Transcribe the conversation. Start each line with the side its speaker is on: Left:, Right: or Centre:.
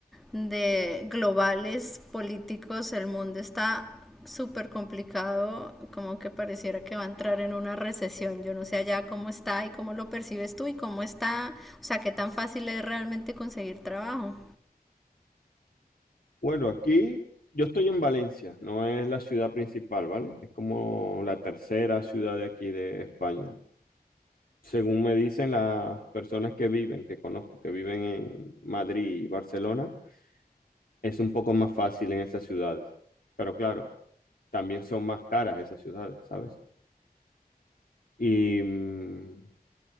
Centre: de globales políticos. El mundo está súper complicado, como que pareciera que va a entrar en una recesión. Yo no sé allá cómo está y cómo lo percibes tú y cómo está, o sea, qué tan fácil es realmente conseguir trabajo.
Left: Bueno, aquí yo estoy en Valencia, no es la ciudad principal, ¿vale? Es como la tercera ciudad de aquí de España. Según me dicen las personas que viven, que conozco, que viven en Madrid y Barcelona, es un poco más fácil en esas ciudades. Pero claro, también son más caras esas ciudades, ¿sabes? Y mm,